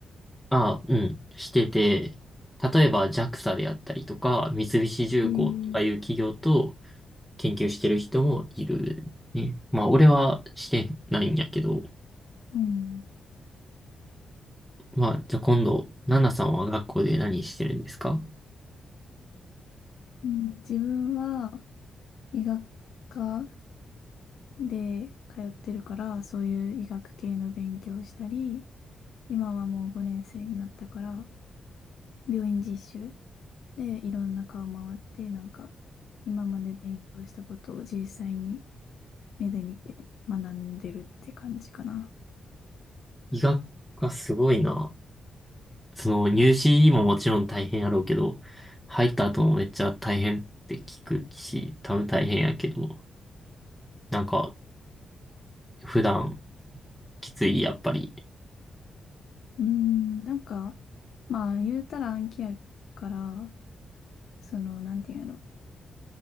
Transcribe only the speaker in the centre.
あ、うん、してて、例えば JAXA であったりとか、三菱重工とかいう企業と
研究してる人もいるね。まあ、俺はしてないんやけど、
まあ、じゃあ今度、ナナさんは学校で何してるんですか
医学がすごいな。その入試ももちろん大変やろうけど、入った後もめっちゃ大変って聞くし、多分大変やけど、なんか普段きつい、やっぱり。